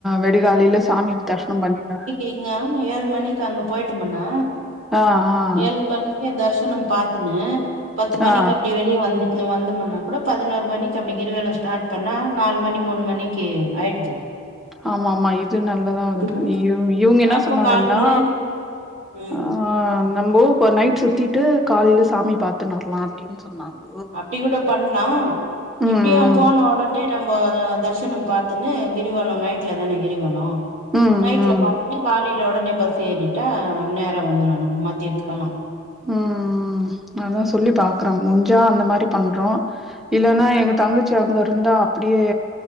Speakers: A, in the centre; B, on the right.
A: வெடிகாலையில சாமி தரிஷனம் பண்ணிண்டா
B: ஏங்க ஏழு மணிக்கு அங்க போயிட்ட முண்ணா
A: ஆ ஆ
B: ஏழு மணி தர்சனம் பாத்துன்னு பத்து மணிக்கு
A: ஆ
B: அப்டி வெலி வந்துட்டு வந்தமுனா கூட பதினோரு மணிக்கு அப்டி கிரிலம் ஸ்டார்ட் பண்ணா நாலு மணி மூணு மணிக்கு ஆய்டுது
A: ஆமா ஆமா இது இது நல்லா தா வருது
B: ம்
A: இவு இவுங்க என்ன
B: அப்ப
A: சொன்னாங்கன்னா
B: காலைல ம்
A: ஆ ஆ நம்பு இப்ப நைட் சுத்திட்டு காலையில சாமி பாத்துனு வரலா அப்டினு சொன்னாங்க
B: அப்டி கூட பண்லா
A: ம்
B: இப்டிய போன ஒடனே நம்ம தர்சனம் பாத்துனே கிரிவலோ நைட்ல தானே கிரிவலோ
A: ம் ம்
B: நைட்ல
A: ம்
B: பாத்துட்டு காலைல ஒடனே பஸ் ஏறிட்டா நேர வந்துலா நம்ம மத்தியத்துக்கெல்லா
A: ம் ம் அதா சொல்லி பாக்றோ முஞ்சா அந்த மாரி பண்றோ இல்லன்னா எங்க தங்கச்சி அங்க இருந்தா அப்டியே